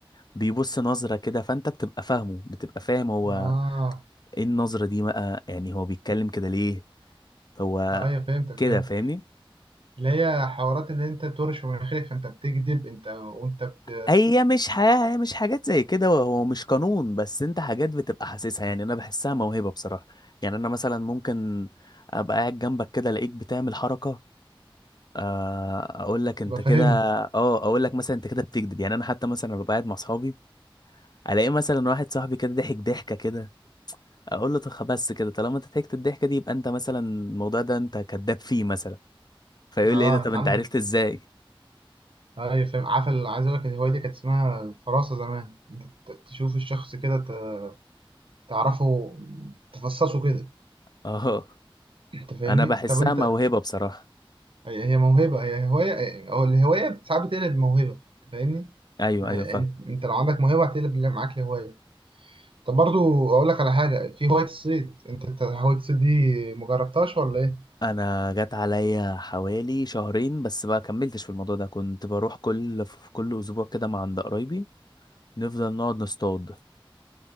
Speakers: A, on the left (about 50°); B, on the right (about 70°).
A: بيبص نظرة كده فانت بتبقى فاهمه بتبقى فاهم هو
B: اه
A: ايه النظرة دي بقى يعني هو بيتكلم كده ليه هو
B: ايوه فهمتك
A: كده
B: فهمتك
A: فاهمني
B: اللي هي حوارات اللي انت بترش من مناخيرك فانت بتكذب انت وانت بت...
A: هي مش حياة هي مش حاجات زي كده هو مش قانون بس انت حاجات بتبقى حاسسها يعني انا بحسها موهبة بصراحة يعني انا مثلا ممكن ابقى قاعد جنبك كده الاقيك بتعمل حركة آه، اقول لك انت
B: بتبقى
A: كده
B: فاهمني
A: اه اقول لك مثلا انت كده بتكذب يعني انا حتى مثلا ببقى قاعد مع اصحابي الاقي مثلا واحد صاحبي كده ضحك ضحكة كده اقول له طب بس كده طالما انت ضحكت الضحكة دي يبقى انت مثلا الموضوع ده انت كذاب فيه مثلا فيقول
B: اه
A: لي ايه ده طب
B: انت
A: انت
B: عندك
A: عرفت ازاي
B: ايوه فاهم عارف ال- عايز اقول لك الهوايه دي كانت اسمها الفراسه زمان انت ت- تشوف الشخص كده ت- تعرفه تفصصه كده
A: اه
B: انت فاهمني
A: انا بحسها
B: طب انت
A: موهبة بصراحة
B: هي هي موهبه هي هوايه او الهوايه ساعات بتقلب موهبه انت فاهمني
A: ايوه
B: يعني
A: ايوه فاهم
B: انت انت لو عندك موهبه هتقلب اللي معاك لهوايه طب برضو اقول لك على حاجه في هوايه الصيد انت انت هوايه الصيد دي مجربتهاش ولا ايه
A: انا جت عليا حوالي شهرين بس بقى كملتش في الموضوع ده كنت بروح كل في كل اسبوع كده مع عند قرايبي نفضل نقعد نصطاد